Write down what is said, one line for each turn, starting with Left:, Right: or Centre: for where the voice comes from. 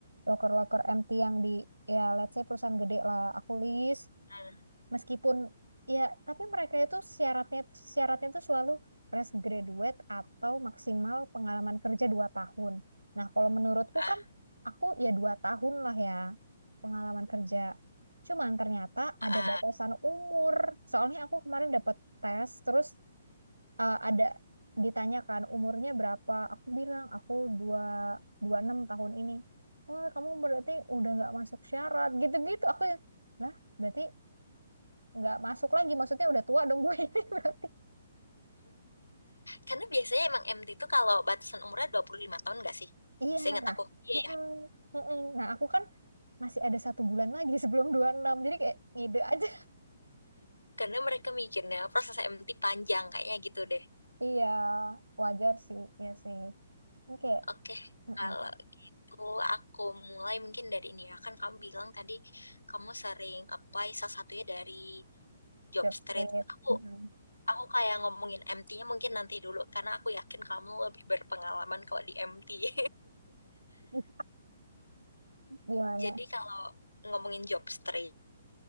Right: locker-locker empty yang di ya let's say perusahaan gede lah aku list
Left: Hmm.
Right: meskipun ya tapi mereka itu syaratnya syaratnya tuh selalu fresh graduate atau maksimal pengalaman kerja dua tahun nah kalau menurutku
Left: Ah,
Right: kan aku ya dua tahun lah ya pengalaman kerja cuman ternyata
Left: ah,
Right: ada batasan
Left: ah.
Right: umur soalnya aku kemarin dapat tes terus eh, ada ditanyakan umurnya berapa aku bilang aku dua dua enam tahun ini wah kamu berarti udah nggak masuk syarat gitu-gitu aku ya, lah berarti nggak masuk lagi maksudnya udah tua dong gue ini <laughs> berarti
Left: Karena biasanya emang MT itu kalau batasan umurnya 25 tahun nggak sih?
Right: iya
Left: Seingat
Right: nah
Left: aku. Iya
Right: mm-mm,
Left: ya.
Right: mm-mm. nah aku kan masih ada satu bulan lagi <laughs> sebelum dua puluh enam jadi kayak ngide aja
Left: Karena mereka mikirnya proses MT panjang kayaknya gitu deh.
Right: <laughs> iya wajar sih ya sih Ini kayak
Left: Oke,
Right: mm-mm,
Left: kalau gitu aku mulai mungkin dari ini ya. Kan kamu bilang tadi kamu sering apply salah satunya dari job
Right: job
Left: street.
Right: street
Left: Aku
Right: mm-mm.
Left: aku kayak ngomongin MT-nya mungkin nanti dulu karena aku yakin kamu lebih berpengalaman kalau di MT. <laughs>
Right: <laughs> gimana
Left: Jadi kalau ngomongin job street,